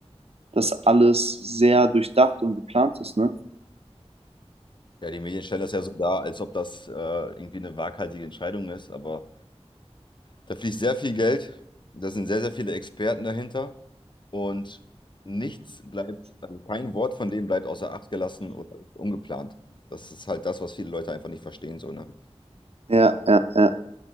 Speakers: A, on the right; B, on the left.
A: dass alles sehr durchdacht und geplant ist, ne?
B: ja, die Medien stellen das ja so dar, als ob das äh, irgendwie eine waghalsige Entscheidung ist, aber. Da fließt sehr viel Geld, da sind sehr, sehr viele Experten dahinter und nichts bleibt, also kein Wort von dem bleibt außer Acht gelassen oder ungeplant. Das ist halt das, was viele Leute einfach nicht verstehen, so, ne?
A: Ja, ja, ja,